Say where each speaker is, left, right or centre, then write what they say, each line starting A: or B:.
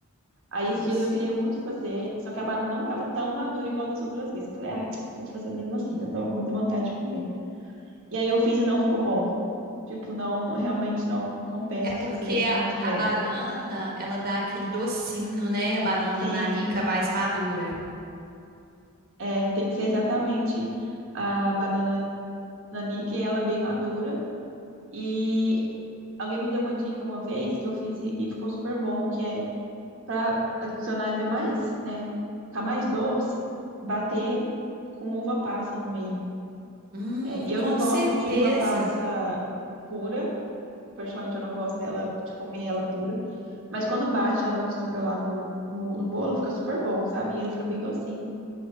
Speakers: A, on the right; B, on the right.
A: Aí
B: Isso.
A: esses dias eu queria muito fazer, só que a banana não estava tão madura igual das outras vezes. Eu falei, ah, eu vou fazer mesmo assim, que eu tava com muita vontade de comer. E aí eu fiz e não ficou bom. Tipo, não, realmente não compensa
B: É porque
A: fazer se
B: a,
A: não tiver.
B: a banana, ela dá aquele docinho, né? A banana
A: Sim,
B: nanica mais madura.
A: é, tem que ser exatamente a banana nanique, ela é bem madura. E alguém me deu uma dica uma vez que eu fiz e, e ficou super bom, que é para adicionar ainda mais, né, ficar mais doce, bater com uva passa no meio.
B: Hum,
A: É, eu
B: com
A: não gosto
B: certeza.
A: de uva passa pura, particularmente eu não gosto dela, de comer ela pura. Mas quando bate, ela mistura lá no, no, no bolo, fica super bom, sabe? E ele fica bem docinho.